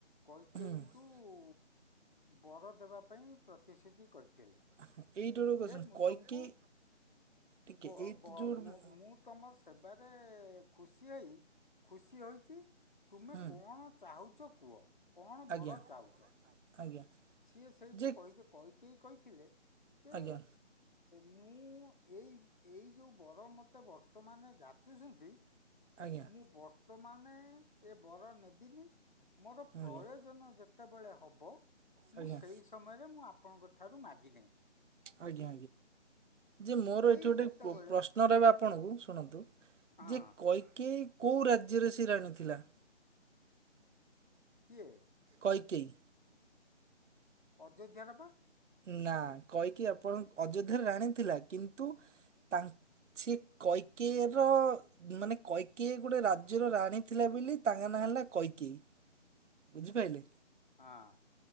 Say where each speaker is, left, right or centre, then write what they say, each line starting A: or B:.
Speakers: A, on the left; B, on the right.
A: କୈକେୟୀଙ୍କୁ
B: ହୁଁ ହୁଁ।
A: ଙ୍କୁ ବର ଦେବା ପାଇଁ ପ୍ରତିଶ୍ରୁତି କରିଥିଲେ।
B: <unintelligible>
A: ଯେ ମୁଁ
B: କୈକେୟୀ
A: ତମକୁ
B: ଟିକେ
A: ବ
B: ଏଇ
A: ବ
B: ଯୋଉ
A: ମୁଁ
B: ହଁ
A: ମୁଁ। ତମ ସେବାରେ ଖୁସି ହେଇ ଖୁସି ହୋଇଛି ତୁମେ
B: ହୁଁ
A: କଣ ଚାହୁଚ କୁହ କଣ
B: ଆଜ୍ଞା
A: ବର ଚାହୁଚ।
B: ଆଜ୍ଞା
A: ସିଏ ସେଇଠୁ
B: ଯେ
A: କହିଲେ କୈକେୟୀ କହିଥିଲେ। ଯେ
B: ଆଜ୍ଞା
A: ମୁଁ ଏଇ- ଏଇ ଯେଉଁ ବର ମୋତେ ବର୍ତ୍ତମାନ ଯାଚୁଛନ୍ତି
B: ଆଜ୍ଞା
A: ମୁଁ ବର୍ତ୍ତମାନେ ଏ ବର ନେବିନି ମୋର
B: ଆଜ୍ଞା
A: ପ୍ରୟୋଜନ ଯେ ଯେତେବେଳେ ହବ
B: ଆଜ୍ଞା
A: ମୁଁ ସେଇ ସମୟରେ ମୁଁ ଆପଣଙ୍କ ଠାରୁ ମାଗିିନେବି।
B: ଆଜ୍ଞା! ଯେ ମୋର ଏଇଠି
A: ଏଇ ଯେତେବେଳେ
B: ଗୋଟେ ପ୍ରଶ୍ନ ରହିବ ଆପଣଙ୍କୁ ଶୁଣନ୍ତୁ
A: ହଁ
B: ଯେ କୈକେୟୀ କୋଉ ରାଜ୍ୟରେ ସେ ରାଣୀ ଥିଲା?
A: କିଏ?
B: କୈକେୟୀ।
A: ଅଯୋଧ୍ୟା ର ବା‌।
B: ନା କହିକି ଆପଣ ଅଯୋଧ୍ୟାରେ ରାଣୀ ଥିଲା କିନ୍ତୁ ତାଙ୍କ ସେ କୈକେୟୀ ର ମାନେ କୈକେୟୀ ଗୋଟେ ରାଜ୍ୟର ରାଣୀ ଥିଲେ ବୋଲି ତାଙ୍କ ନାଁ ହେଲା କୈକେୟୀ। ବୁଝିପାଇଲେ।
A: ହଁ